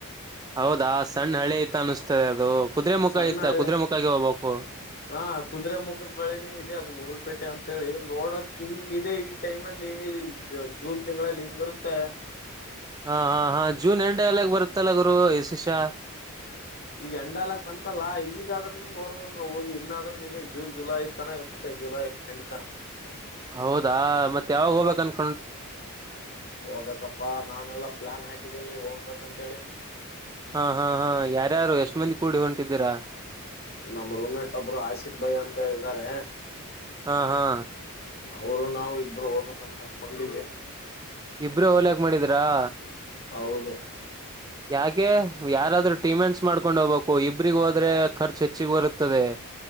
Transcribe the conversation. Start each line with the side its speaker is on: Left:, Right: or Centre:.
Right: ಹೌದಾ <unintelligible> ಅನಿಸ್ತದೆ ಅದು. ಕುದುರೆ ಮುಖ
Left: ಸಣ್ಣ
Right: ಐತ
Left: ಹಳ್ಳೆ
Right: ಕುದುರೆ ಮುಖಗೆ ಹೋಗ್ಬೇಕು
Left: ಹಾ ಕುದುರೆ ಮುಖದ ಬಳೆನೇ ಇದೆ ಅದ ಮುಗುಲ್ಪೇಟೆ ಅಂತ. ಅಂತ ಹೇಳಿ ನೋಡಕ್ ಹಿಂಗ ಇದೆ ಈ ಟೈಮ್ ಅಲ್ಲಿ ಜೂನ್ ತಿಂಗಳಲ್ಲಿ ಹಿಂಗ ಇರುತ್ತೆ.
Right: ಹಾ ಹಾ ಹಾ ಜೂನ್ ಎಂಡ ಎಲ್ಲಾಗ ಬರುತ್ತಲ್ಲ ಗುರು ಇ ಶಿಷ್ಯ.
Left: ಈಗ ಎಂಡ ಅಲಕಾ ಬಂತಲ್ಲಾ ಈಗಾದ್ರೂನೂ ನೋಡಬಹುದು ನಾವ್ ಹೋಗಿ ಇನ್ನ ಆದ್ರೂನೂ ಇದೆ ಜೂನ್ ಜುಲೈ ತನ ಇರುತ್ತೆ. ಜುಲೈ ಎಂಡ ತನ.
Right: ಹೌದಾ ಮತ್ತ ಯಾವಾಗ ಹೋಗಬೇಕ ಆನ್.
Left: ಹೋಗ್ಬೇಕಪ್ಪಾ ನಾನೆಲ್ಲಾ ಪ್ಲಾನ್ ಹಾಕಿದೀನಿ ಹೋಗಬೇಕಂತ ಹೇಳಿ.
Right: ಹಾ ಹಾ ಹಾ ಯಾರ್ಯಾರು ಎಷ್ಟ ಮಂದಿ ಕೂಡಿ ಹೊಂಟಿದ್ದೀರಾ.
Left: ನಮ್ಮ ರೂಮ ಮೇಟ್ ಒಬ್ರು ಆಶಿಕ್ ಭಾಯಿ ಅಂತ ಹೇಳಿ ಇದಾರೆ.
Right: ಹಾ ಹಾ
Left: ಅವರು ನಾವು ಇಬ್ಬರು ಹೋಗ್ಬೇಕಕ್ಂತ ಅನ್ಕೊಂಡಿನಿ.
Right: ಇಬ್ರೇ ಹೋಲಕ್ ಮಾಡಿದ್ರಾ
Left: ಹೌದ.
Right: ಯಾಕೆ ಯಾರಾದ್ರೂ ಟೀಮೆಂಟ್ಸ್ ಮಾಡ್ಕೊಂಡ್ ಹೋಗ್ಬೇಕು ಇಬ್ರಿಗ ಹೋದ್ರೆ. ಖರ್ಚು ಹೆಚ್ಚಿಗೆ ಬರುತ್ತದೆ